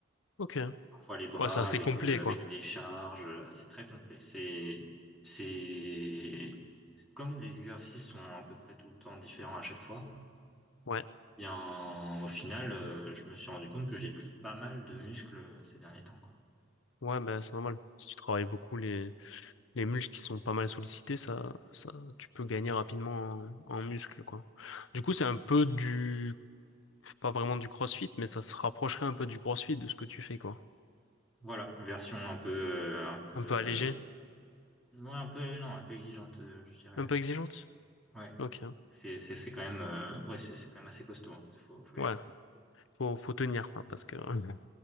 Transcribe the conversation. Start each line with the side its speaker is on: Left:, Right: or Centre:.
Left: OK.
Centre: parfois les bras
Left: Ouais, c'est assez
Centre: avec
Left: complet
Centre: euh, avec
Left: quoi.
Centre: des charges. euh, C'est très complet. C'est c'est comme les exercices sont à peu près tout le temps différents à chaque fois.
Left: Ouais.
Centre: eh bien, au final, euh, je me suis rendu compte que j'ai pris pas mal de muscles euh, ces derniers temps, quoi.
Left: Ouais, bah c'est normal. Si tu travailles beaucoup les les muscles qui sont pas mal sollicités, ça ça tu peux gagner rapidement en, en muscles quoi. Du coup, c'est un peu du pas vraiment du CrossFit, mais ça se rapprocherait un peu du CrossFit de ce que tu fais quoi.
Centre: Voilà, une version un peu euh, un peu
Left: Un
Centre: euh,
Left: peu allégé,
Centre: ouais, un peu non un peu exigeante, euh, je dirais.
Left: un peu exigeante.
Centre: Ouais,
Left: OK.
Centre: c'est c'est c'est quand même euh, ouais c'est c'est quand même assez costaud. hein. Faut faut y
Left: Ouais,
Centre: aller.
Left: faut faut tenir quoi parce que Mhm.